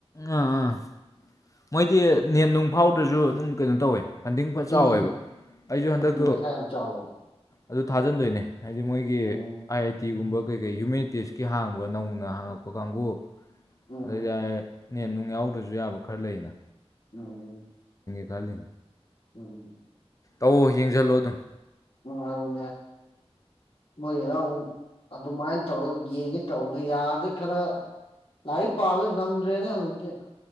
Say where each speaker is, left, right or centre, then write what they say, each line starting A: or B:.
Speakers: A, on the left; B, on the left.
A: ꯑꯥ ꯑꯥ ꯃꯣꯏꯗꯤ ꯅꯍꯦꯝ ꯅꯨꯡ ꯐꯥꯎꯗꯁꯨ ꯑꯗꯨꯝ ꯀꯩꯅꯣ ꯇꯧꯋꯦ ꯐꯟꯗꯤꯡ ꯐ ꯆꯥꯎꯋꯦꯕ
B: ꯎꯝ
A: ꯑꯩꯁꯨ ꯍꯟꯗꯛꯇꯣ
B: ꯎꯝ ꯄꯩꯁꯥ ꯌꯥꯝ ꯆꯥꯎꯋꯦ
A: ꯑꯗꯨ ꯊꯥꯖꯤꯟꯗꯣꯏꯅꯦ ꯍꯥꯏꯗꯤ ꯃꯣꯏꯒꯤ
B: ꯎꯝ
A: ꯑꯥꯏ ꯑꯥꯏ ꯇꯤꯒꯨꯝꯕ ꯀꯩ ꯀꯩ ꯍ꯭ꯌꯨꯃꯦꯅꯤꯇꯤꯁꯀꯤ ꯍꯥꯡꯕ ꯅꯧꯅ ꯍꯥꯡꯉꯛꯄ ꯀꯥꯡꯕꯨ
B: ꯎꯝ
A: ꯑꯗꯨꯗ ꯌꯥꯏ ꯅꯅꯦ ꯅꯨꯡ ꯌꯥꯎꯗ꯭ꯔꯁꯨ ꯌꯥꯕ ꯈꯔ ꯂꯩꯅ
B: ꯎꯝ
A: ꯀꯂ
B: ꯎꯝ
A: ꯇꯧꯑꯣ ꯌꯦꯡꯁꯤꯜꯂꯣ ꯑꯗꯨꯝ
B: ꯎꯝ ꯃ ꯑ ꯃ ꯑꯗꯨꯃꯥꯏꯅ ꯇꯧꯔꯒ ꯌꯦꯡꯒꯦ ꯇꯧꯕꯗ ꯌꯥꯔꯗꯤ꯭ꯔ ꯈꯔ ꯂꯥꯏ ꯄꯥꯕꯦ ꯉꯝ꯭ꯔꯦꯅꯦ ꯍꯧꯖꯤꯛꯇ